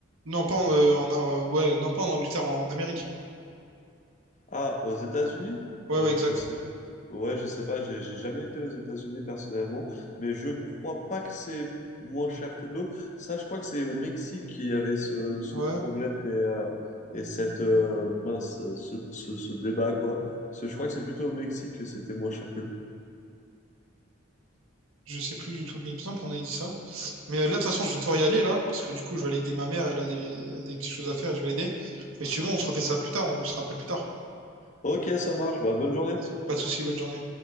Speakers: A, on the right; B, on the left.
A: Non pas en, euh, en- en- ouais, non pas en Angleterre, en Amérique.
B: Ah, aux États-Unis?
A: Ouais,
B: Euh,
A: ouais, exact.
B: je sais. Ouais, je sais pas, j'ai j'ai jamais été aux États-Unis personnellement, mais je crois pas que c'est moins cher que l'eau. Ça, je crois que c'est au Mexique qu'il y avait ce, ce
A: Ouais.
B: problème et, euh, et cette euh, mince, ce, ce, ce débat, quoi. Parce que je crois que c'est plutôt au Mexique que c'était moins cher que l'eau.
A: Je sais plus du tout, mais il me semble qu'on avait dit ça. Mais euh, là, de toute façon, je vais devoir y aller là, parce que du coup, je vais aller aider ma mère, elle a des, elle a des petites choses à faire et je vais l'aider. Mais si tu veux, on se refait ça plus tard, on se rappelle plus tard.
B: Ok, ça marche, bah, bonne journée.
A: Vas-y, pas de soucis, bonne journée.